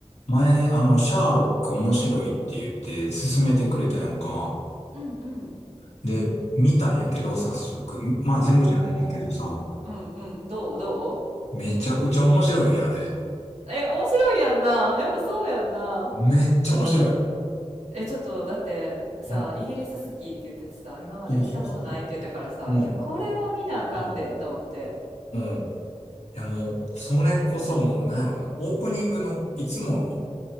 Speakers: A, on the left; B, on the right.
A: 前、あの、シャーロック面白いって言って勧めてくれたやんか。
B: うんうん。
A: で、見たんやけど、早速。まあ、全部じゃないねんけどさ。
B: おー、うんうん、どうどう
A: めちゃくちゃ面白い、あれ。
B: え、面白いやんな。やっぱそうやんな。
A: めっちゃ面白い。
B: え、ちょっと、だって、さ、
A: うん。
B: イギリス好きって言っててさ、今まで見たことないって言ったからさ、
A: そうそうそう。うん。
B: いや、これは見なあかんで、
A: うん。
B: と思って。
A: うん。いや、もう、それこそもう、なんやろうな。オープニングの、いつもの、